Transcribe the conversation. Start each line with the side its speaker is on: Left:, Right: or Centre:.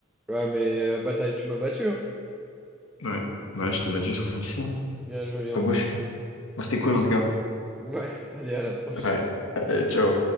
Centre: Ouais, mais euh, bataille, tu m'as battu, hein.
Left: Ouais. Voilà, je t'ai battu sur celle-ci. hein.
Centre: Bien joué, Léon.
Left: Comme quoi, je suis. Bon, c'était cool, en tout cas.
Centre: Ouais, <laughs> allez, à la prochaine.
Left: Ouais. Euh, ciao.